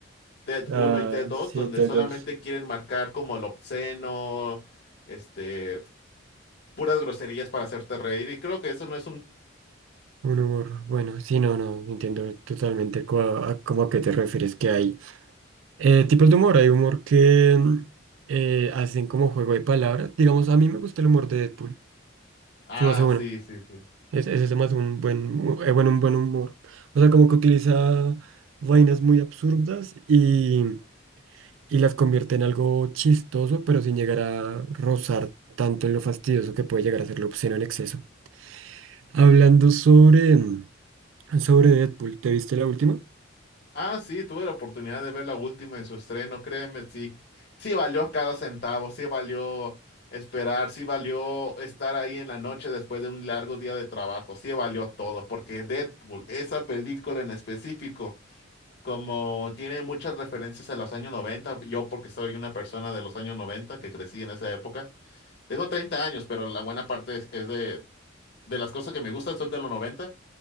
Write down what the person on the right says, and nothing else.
Ah,
sí,
de
dos.
Un humor, bueno, sí, no, no, entiendo totalmente cua- a, cómo a qué te refieres que hay. eh, tipos de humor, hay humor que mm, eh, hacen como juego de palabras. Digamos, a mí me gusta el humor de Deadpool.
Se me hace bueno.
Es, ese se me hace un buen, eh, bueno, un buen humor. O sea, como que utiliza vainas muy absurdas y, y las convierte en algo chistoso, pero sin llegar a rozar tanto en lo fastidioso que puede llegar a ser lo obsceno en exceso. Hablando sobre, mm, sobre Deadpool, ¿te viste la última?